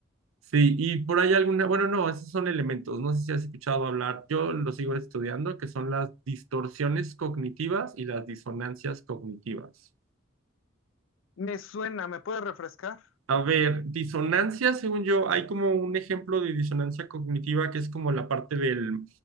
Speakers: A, on the right; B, on the left.
A: Sí, y por ahí alguna, bueno, no, esos son elementos, no sé si has escuchado hablar, yo lo sigo estudiando, que son las distorsiones cognitivas y las disonancias cognitivas.
B: Me suena, ¿me puede refrescar?
A: A ver, disonancia, según yo, hay como un ejemplo de disonancia cognitiva que es como la parte del,